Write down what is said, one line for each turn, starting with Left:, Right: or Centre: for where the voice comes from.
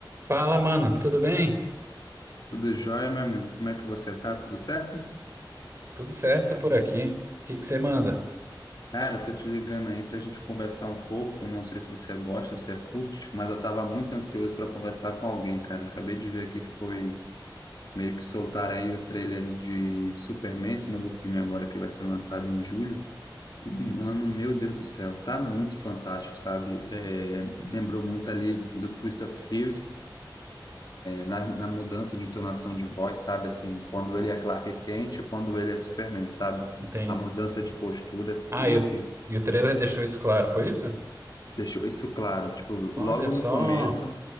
Right: Fala, mano, tudo bem?
Left: Tudo jóia, meu amigo? Como é que você tá? Tudo certo?
Right: Tudo certo por aqui. O que que você manda?
Left: Cara, eu tô te ligando aí pra gente conversar um pouco. Não sei se você gosta, se você curte, mas eu tava muito ansioso para conversar com alguém, cara. Eu acabei de ver aqui que foi meio que soltaram aí o trailer de Superman, esse novo filme agora que vai ser lançado em julho. E, mano, meu Deus do céu, tá muito fantástico, sabe? É, lembrou muito ali do Christopher Reeve. na, na mudança de entonação de voz, sabe? Assim, quando ele é Clark Kent, quando ele é Superman, sabe?
Right: Entendi.
Left: A mudança de postura.
Right: Ah,
Left: E
Right: e
Left: assim,
Right: o, e o trailer deixou isso claro, foi isso?
Left: deixou isso claro. Tipo, logo
Right: Olha só.
Left: no começo,